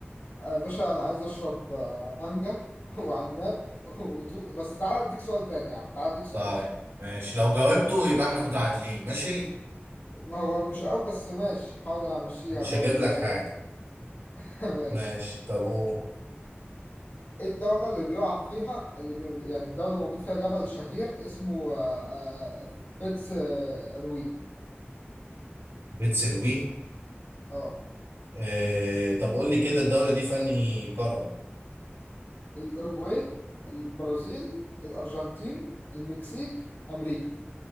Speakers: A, on the left; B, on the right.
A: آه، يا باشا انا عايز اشرب آه، مانجا <laughs> وعناب وتو... بس تعالى اديك سؤال تاني يا عم تعالى اديك سؤال
B: طيب
A: تاني
B: ماشي لو جاوبته يبقى احنا متعادلين ماشي
A: ما هو مش قوي بس ماشي حاضر همشيها
B: مش
A: برضه
B: هجيب لك
A: لل-
B: حاجة
A: <laughs> ماشي
B: ماشي طب و
A: ايه الدولة اللي بيقع فيها اللي بي... يعني دولة موجود فيها جبل شهير اسمه آه، آه، فيتس آه، روي
B: بتسروي
A: اه
B: اه طب قول لي كده الدولة دي في انهي قارة
A: الأوروجواي البرازيل الأرجنتين المكسيك أمريكا